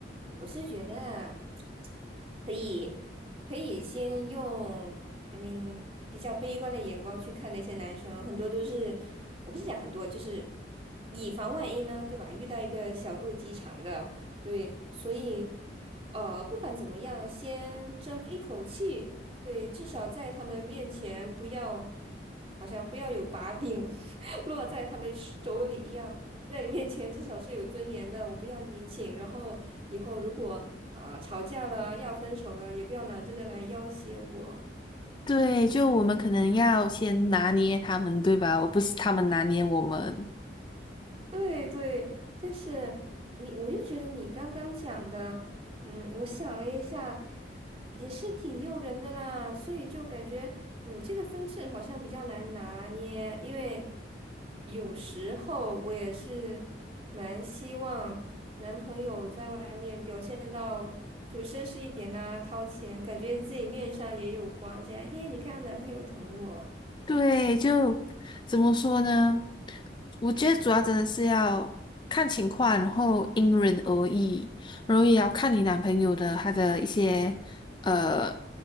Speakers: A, on the right (about 30°); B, on the left (about 25°).
A: 我是觉得啊可以可以先用，I m 比较悲观的眼光去看那些男生，很多都是，我不是讲很多，就是以防万一呢，对吧？遇到一个小肚鸡肠的，对，所以呃，不管怎么样，先争一口气，对，至少在他们面前不要，好像不要有把柄 <laughs> 落在他们手里一样。在你面前至少是有尊严的，我不要你请。然后以后如果啊、呃吵架了要分手了，也不要拿这个来要挟我。
B: 对，就我们可能要先拿捏他们，对吧？我不是他们拿捏我们。
A: 对对，但是你，我又觉得你刚刚讲的，嗯，我想了一下，也是挺诱人的啦，所以就感觉，嗯，这个分寸好像比较难拿捏，因为有时候我也是蛮希望男朋友在外面表现到就绅士一点啦，掏钱，感觉自己面上也有光，这样，嘿，你看到男朋友疼我，
B: 对，就怎么说呢？我觉得主要真的是要看情况，然后因人而异，然后也要看你男朋友的他的一些呃，